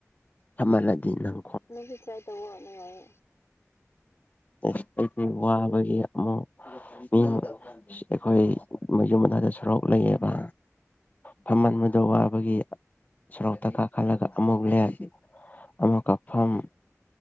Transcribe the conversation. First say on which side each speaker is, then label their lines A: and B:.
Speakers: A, on the left; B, on the left.
A: ꯐꯝꯃꯜꯂꯗꯤ ꯅꯪ
B: ꯅꯪꯖꯨ ꯇ꯭ꯔꯥꯏ ꯇꯧꯑꯣ ꯅꯨꯡꯉꯥꯏꯌꯦ
A: ꯎꯝ ꯑꯩ ꯗꯤ ꯋꯥꯕꯒꯤ ꯑꯃꯨꯛ ꯃꯤ ꯑꯩꯈꯣꯏ ꯃꯌꯨꯝ ꯃꯅꯥꯛꯗ ꯁꯣꯔꯣꯛ ꯂꯩꯌꯦꯕ ꯐꯝꯃꯟꯕꯗꯣ ꯋꯥꯕꯒꯤ ꯁꯣꯔꯣꯛꯇ ꯀꯥꯈꯜꯂꯒ ꯑꯃꯨꯛ ꯂꯦꯞ ꯑꯃꯛꯀ ꯐꯝ